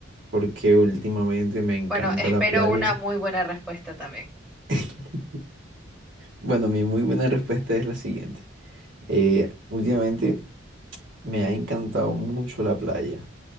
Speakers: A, on the right; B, in the centre.
A: Porque últimamente me encanta
B: Bueno, espero
A: la playa.
B: una muy buena respuesta también.
A: <laughs> Bueno, mi muy buena respuesta es la siguiente. Eh, últimamente me ha encantado mucho la playa.